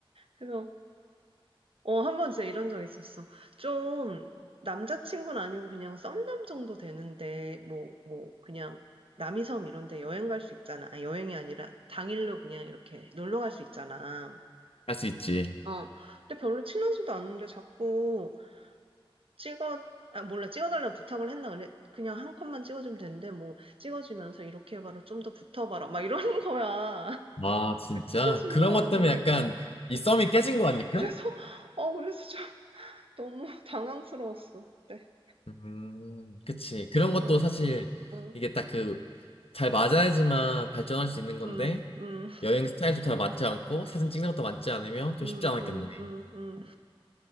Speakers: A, on the right; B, on the left.
A: 그래서 어, 한 번 진짜 이런 적 있었어. 좀, 남자친구는 아니고 그냥 썸남 정도 되는데, 뭐, 뭐, 그냥, 남이섬 이런 데 여행 갈 수 있잖아. 아니, 여행이 아니라 당일로 그냥 이렇게 놀러 갈 수 있잖아.
B: 할 수 있지.
A: 어. 근데 별로 친하지도 않은데 자꾸 찍어, 아, 몰라, 찍어달라고 부탁을 했나? 근데 그냥 한 컷만 찍어주면 되는데, 뭐, 찍어주면서 이렇게 해봐라, 좀 더 붙어봐라, 막 이러는 거야.
B: 아
A: <laughs>
B: 진짜
A: 그 찍어주는
B: 그런
A: 사람이.
B: 것 때문에 약간 이 썸이 깨진 거 아닐까?
A: 그래서, 어, 그래서 좀 너무 당황스러웠어. 그때.
B: 음 그치. 그런
A: 어.
B: 것도 사실
A: 응,
B: 이게 딱 그 잘 맞아야지만 발전할 수 있는 건데
A: 응, 응,
B: 여행 스타일도 잘 맞지 않고 사진 찍는 것도 맞지 않으면 좀
A: 응,
B: 쉽지 않았겠네.
A: 응, 응, 응.